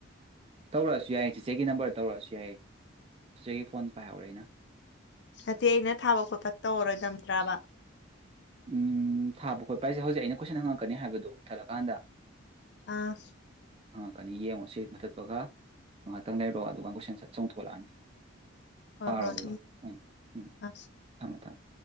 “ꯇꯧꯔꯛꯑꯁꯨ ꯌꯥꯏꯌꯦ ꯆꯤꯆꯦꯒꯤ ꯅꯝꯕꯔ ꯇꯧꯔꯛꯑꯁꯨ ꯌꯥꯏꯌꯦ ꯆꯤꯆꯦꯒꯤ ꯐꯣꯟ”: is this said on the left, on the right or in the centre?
Right